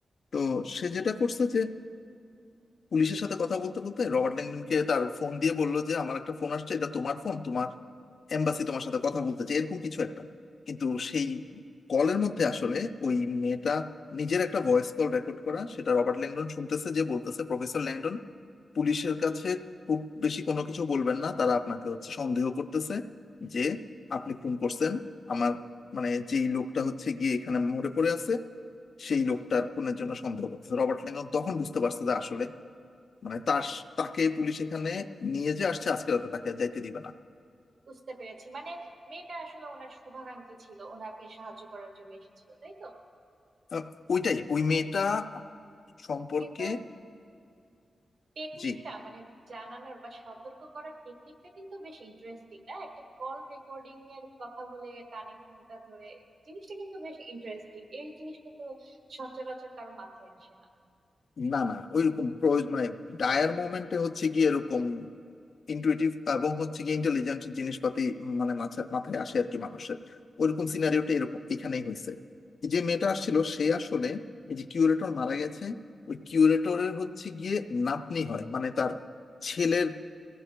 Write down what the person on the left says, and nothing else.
তো সে যেটা করছে যে পুলিশের সাথে কথা বলতে বলতে রবার্ট ল্যাংডনকে তার ফোন দিয়ে বললো যে আমার একটা ফোন আসছে এটা তোমার ফোন তোমার এম্বাসি তোমার সাথে কথা বলতে চাই এরকম কিছু একটা কিন্তু সেই কলের মধ্যে আসলে ওই মেয়েটা নিজের একটা ভয়েস কল রেকর্ড করা সেটা রবার্ট ল্যাংডন শুনতেছে যে বলতেছে প্রফেসর ল্যাংডন পুলিশের কাছে খুব বেশি কোনো কিছু বলবেন না তারা আপনাকে হচ্ছে সন্দেহ করতেছে যে আপনি খুন করছেন আমার মানে যেই লোকটা হচ্ছে গিয়ে এখানে মরে পড়ে আছে সেই লোকটার খুনের জন্য সন্দেহ করতেছে রবার্ট ল্যাংডন তখন বুঝতে পারছে যে আসলে মানে তার তাকে পুলিশ এখানে নিয়ে যে আসছে আজকে রাতে তাকে আর যাইতে দিবে না
আহ, ওইটাই ওই
মেয়েটা সম্পর্কে
জি
না না ওইরকম প্রয়োজন মানে ডায়ার মোমেন্টে হচ্ছে গিয়ে এরকম ইন্টুইটিভ এবং হচ্ছে গিয়ে ইন্টেলিজেন্ট জিনিসপাতি মানে মাথা- মাথায় আসে আর কি মানুষের ওইরকম সিনারিওটা এরকম এখানেই হয়েছে যে মেয়েটা আসছিল সে আসলে এই যে কিউরেটর মারা গেছে ওই কিউরেটরের হচ্ছে গিয়ে নাতনি হয় মানে তার ছেলের